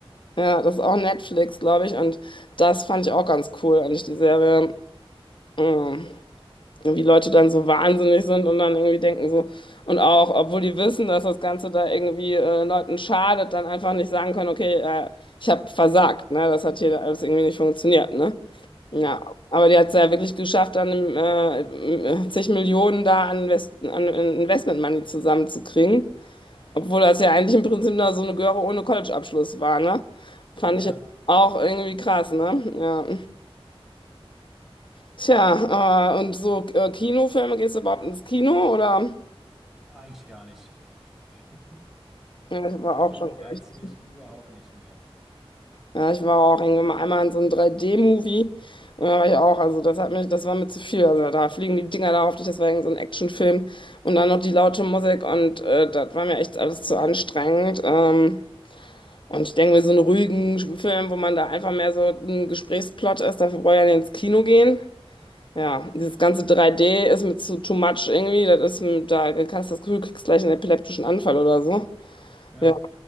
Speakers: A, on the left; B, in the centre.
A: Ja, das ist auch Netflix, glaube ich. Und das fand ich auch ganz cool, eigentlich die Serie. Mm, Wie Leute dann so wahnsinnig sind und dann irgendwie denken so, und auch, obwohl die wissen, dass das Ganze da irgendwie äh, Leuten schadet, dann einfach nicht sagen können, okay, äh, ich habe versagt, ne? Das hat hier alles irgendwie nicht funktioniert, ne? Ja,
B: Ja,
A: aber die hat es ja wirklich geschafft, dann äh, zig Millionen da an, Invest an Investment Money zusammenzukriegen. Obwohl das ja eigentlich im Prinzip da so eine Göre ohne College-Abschluss war, ne? Fand
B: ja.
A: ich jetzt Ja. auch irgendwie krass, ne? Ja. Tja, äh, und so äh, Kinofilme, gehst du überhaupt ins Kino oder?
B: Eigentlich gar nicht. <laughs>
A: Ja, ich war
B: Kino
A: auch schon
B: reizt
A: richtig.
B: mich überhaupt nicht mehr.
A: Ja, ich war auch irgendwann mal einmal in so einem 3D-Movie und da war ich auch, also das hat mich, das war mir zu viel. Also da fliegen die Dinger da auf dich, das war irgend so ein Actionfilm und dann noch die laute Musik und äh, das war mir echt alles zu anstrengend. Ähm, Und ich denke mir, so einen ruhigen Film, wo man da einfach mehr so ein Gesprächsplot ist, dafür brauche ich ja nicht ins Kino gehen. Ja, dieses ganze 3D ist mir zu too much irgendwie. Das ist, mir- da hast du das Gefühl, du kriegst gleich einen epileptischen Anfall oder so.
B: Ja,
A: Ja,